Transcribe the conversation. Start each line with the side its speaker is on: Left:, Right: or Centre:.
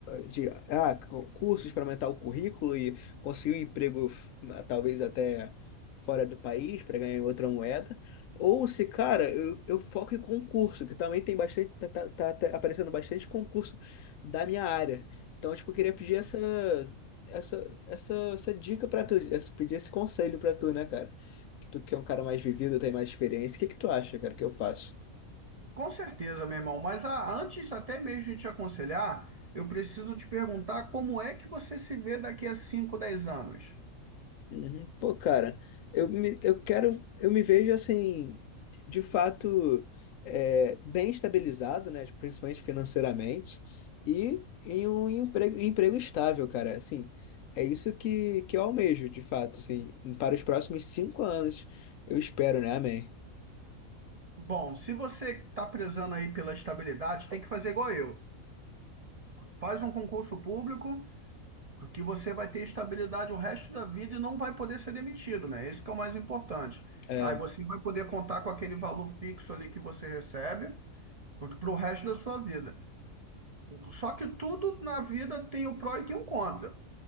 Left: de ah, cu- cursos para aumentar o currículo e conseguir um emprego ah, talvez até fora do país para ganhar em outra moeda. Ou se, cara, eu, eu foco em concurso, que também tem bastante, tá, tá- tá- tá aparecendo bastante concurso da minha área. Então, tipo, eu queria pedir essa, essa, essa, essa dica para tu, esse- pedir esse conselho para tu, né, cara? Que tu que é um cara mais vivido, tem mais experiência. O que que tu acha, cara, que eu faço?
Right: Com certeza, meu irmão, mas ah, antes até mesmo de te aconselhar, eu preciso te perguntar como é que você se vê daqui a cinco dez anos.
Left: Uhum. Pô, cara, eu me, eu quero, eu me vejo assim, de fato, é, bem estabilizado, né? Tipo, Principalmente financeiramente, e em um emprego, emprego estável, cara. Assim, é isso que, que eu almejo, de fato, assim, para os próximos cinco anos, eu espero, né? Amém.
Right: Bom, se você está prezando aí pela estabilidade, tem que fazer igual eu. Faz um concurso público, que você vai ter estabilidade o resto da vida e não vai poder ser demitido, né? Esse que é o mais importante.
Left: É,
Right: Aí você vai poder contar com aquele valor fixo ali que você recebe. para o resto da sua vida. Só que tudo na vida tem o pró e tem o contra.